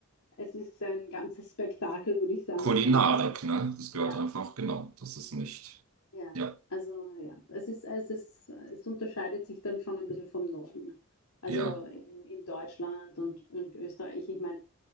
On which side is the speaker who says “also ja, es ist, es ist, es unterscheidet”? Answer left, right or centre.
Left